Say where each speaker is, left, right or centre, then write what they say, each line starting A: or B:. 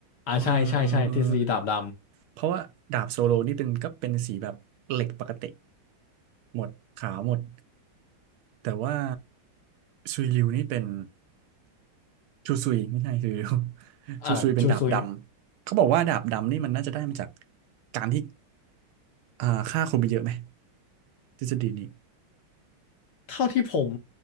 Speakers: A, on the left; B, on the right.
A: อ่าใช่ใช่ใช่ทฤษฎีดาบด
B: เออเออเออเพราะว่าดาบโซโลนี่เป็นก็เป็นสีแบบเหล็กปกติหมดขาวหมด แต่ว่าซุยริวนี่เป็นชูซุยไม่ใช่ซุยริว <laughs>
A: ำอ่าชูซุย
B: ชูซุย <laughs> เป็นดาบดำเขาบอกว่าดาบดำนี่มันน่าจะได้มาจากการที่อ่าฆ่าคนไปเยอะไหมทฤษฎีนี้
A: เท่าที่ผม